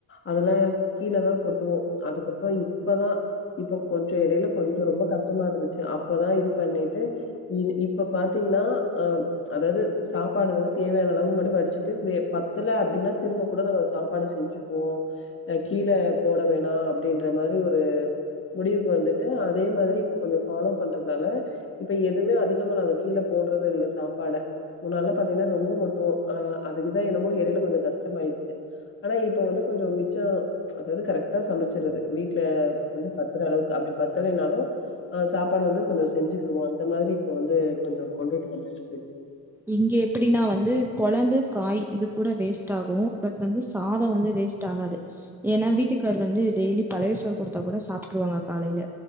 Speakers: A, on the left (about 30°); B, in the centre.
A: அதெல்லா கீழ தா கொட்டுவோ அதுக்கப்புறோ இப்பதா இப்ப கொஞ்சோஎடையில கொஞ்சோ ரொம்ப கஷ்டமாருந்துச்சு அப்பதா இது பண்ணிட்டு இ இப்ப பாத்தீங்கன்னா அ அதாவது சாப்பாடு வந்து தேவையான அளவு மட்டு வடிச்சுட்டு வே பத்தல அப்படின்னா திரும்ப கூட நாம்ம சாப்பாடு செஞ்சுக்குவோ அ கீழ போட வேணா அப்படின்ற மாரி ஒரு முடிவுக்கு வந்துட்டு அதே மாதிரி இப்ப கொஞ்சோ ஃபாலோ பண்றதுனால இப்ப எதுவுமே அதிகமா நாங்க கீழ போடுறது இல்ல சாப்பாட முன்னால்லா பாத்தீங்கன்னா ரொம்ப கொட்டுவோ ஆ அதுக்குதா என்னமோ எடையில கொஞ்சோ கஷ்டமாயிருச்சு ஆனா இப்ப வந்து கொஞ்சோ மிச்சோ அதாவது கரெக்ட்டா சமச்சிர்ரது வீட்ல வந்து பத்துற அளவுக்கு அப்டி பத்தலைனாலு ஆ சாப்பாடு வந்து கொஞ்சோ செஞ்சுக்குருவோ அந்த மாதிரி இப்ப வந்து கொஞ்சோ கொண்டுட்டு வந்தாச்சு
B: இங்க எப்பிடின்னா வந்து கொழம்பு காய் இது கூட வேஸ்ட்டாகு பட் வந்து சாதோ வந்து வேஸ்ட் டாகாது ஏன்னா வீட்டுக்கார் வந்து டெய்லி பழைய சோறு குடுத்தா கூட சாப்ட்டுருவாங்க காலையில